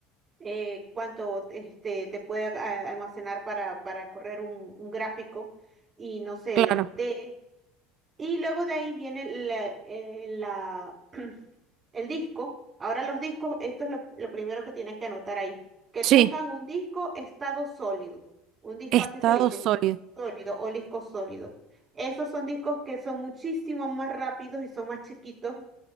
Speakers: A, on the right; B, on the right.
A: eh, cuánto este, te puede a- almacenar para, para correr un, un gráfico y no sé,
B: claro.
A: lentejas y luego de ahí viene la, eh, la- <clears throat> el disco. Ahora los discos, esto es lo, lo primero que tienes que anotar ahí. Que
B: Sí,
A: tengan un disco estado sólido. Un disco
B: estado
A: así se le dice,
B: sólido.
A: sólido o disco sólido. Esos son discos que son muchísimo más rápidos y son más chiquitos